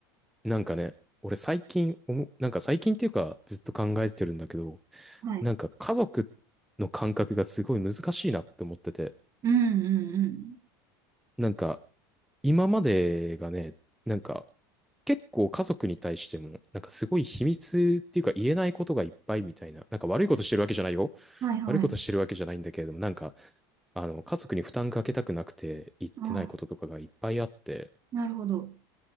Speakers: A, in the centre; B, on the right.
A: なんかね、俺最近思う、なんか最近っていうか、ずっと考えてるんだけど、
B: はい。
A: なんか家族の感覚がすごい難しいなって思ってて、
B: うんうん
A: なんか今までがね、なんか、結構家族に対しても、なんかすごい秘密っていうか言えないことがいっぱいみたいな、なんか悪いことしてるわけじゃないよ。
B: うん。はいはい。
A: 悪いことしてるわけじゃないんだけれども、なんか、あの、家族に負担かけたくなくて言ってないこととかがいっぱいあって、
B: あ、なるほど。